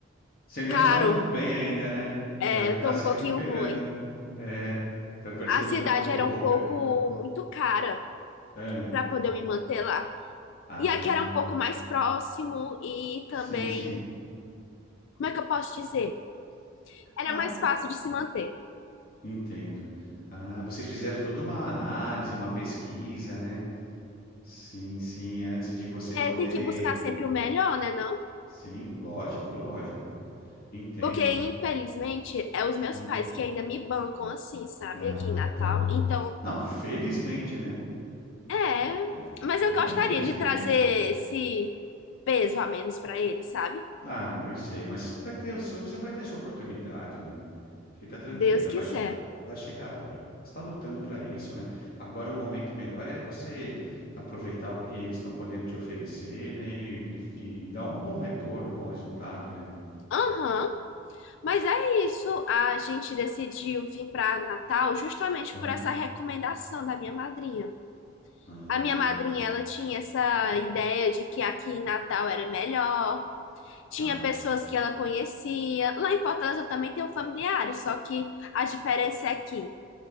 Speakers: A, on the left; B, on the left.
A: Você ainda
B: caro.
A: não tá muito bem ainda, né?
B: É,
A: Tá tá
B: tô um
A: se
B: pouquinho
A: recuperando,
B: ruim.
A: né? É, tá percebendo,
B: A cidade
A: tá um pouco
B: era
A: rouca.
B: um pouco
A: Aham.
B: muito cara
A: Ah,
B: para poder me manter lá.
A: Ah,
B: E aqui era um pouco mais próximo e também,
A: sim, sim.
B: como é que eu posso dizer? Era
A: Ah,
B: mais
A: pô,
B: fácil de se manter.
A: entendo. Ah, vocês fizeram toda uma análise, uma pesquisa, né? Sim, sim, antes de você
B: É,
A: poder.
B: tem que buscar sempre o melhor, né, não?
A: Sim, lógico, lógico. Entendo.
B: Porque, infelizmente, é os meus
A: Hum.
B: pais que ainda me bancam assim, sabe?
A: Ah,
B: Aqui em Natal.
A: tá.
B: Então,
A: Não, felizmente, né?
B: é.
A: É.
B: Mas eu
A: Não
B: gostaria
A: infelizmente,
B: de trazer
A: né?
B: esse peso a menos para eles, sabe?
A: Ah, eu sei, mas vai ter o seu, você vai ter a sua oportunidade, né? Fica tranquila,
B: Deus quiser.
A: vai chegar, vai chegar a hora. Você está lutando para isso, né? Agora o momento melhor é você aproveitar o que eles estão podendo te oferecer, né? E, e- e dar um bom retorno, um bom resultado, né?
B: Aham, mas é isso. A gente decidiu vir para Natal justamente
A: Aham.
B: por essa recomendação da minha madrinha.
A: Ah,
B: A minha madrinha, ela tinha essa ideia de que aqui em Natal era melhor, tinha
A: tá.
B: pessoas que ela conhecia. Lá em Fortaleza eu também tenho familiares, só que a diferença é que